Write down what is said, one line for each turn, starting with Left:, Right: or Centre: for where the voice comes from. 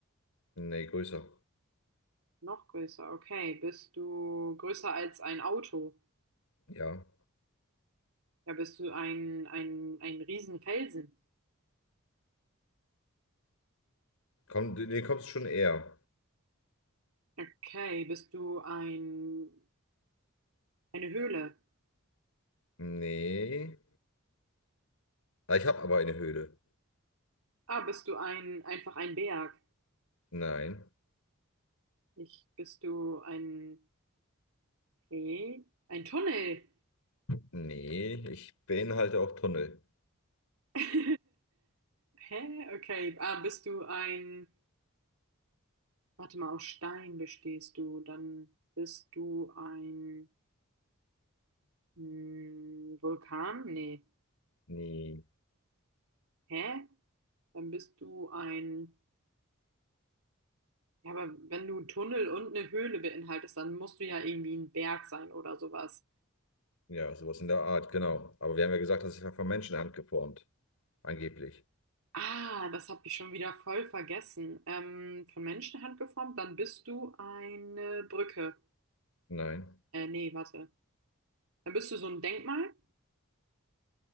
Left: nee, größer.
Right: Noch größer, okay. Bist du größer als ein Auto?
Left: Ja.
Right: Ja, bist du ein, ein, ein Riesenfelsen?
Left: Komm, du nee, kommst schon eher.
Right: Okay, bist du ein, eine Höhle?
Left: Nee. Ah, Ich habe aber eine Höhle.
Right: Ah, bist du ein, einfach ein Berg?
Left: Nein.
Right: Ich, bist du ein, eh, ein Tunnel?
Left: Nee, ich beinhalte auch Tunnel.
Right: <laughs> Hä? Okay. Ah, bist du ein, warte mal, aus Stein bestehst du, dann bist du ein, hm, Vulkan? Nee.
Left: Nee.
Right: Hä? Dann bist du ein, Ja, aber wenn du einen Tunnel und eine Höhle beinhaltest, dann musst du ja irgendwie ein Berg sein oder sowas.
Left: Ja, sowas in der Art, genau. Aber wir haben ja gesagt, das ist ja von Menschenhand geformt. Angeblich.
Right: Ah, das habe ich schon wieder voll vergessen. Ähm, von Menschenhand geformt, dann bist du eine Brücke.
Left: Nein.
Right: Äh, nee, warte. Dann bist du so ein Denkmal.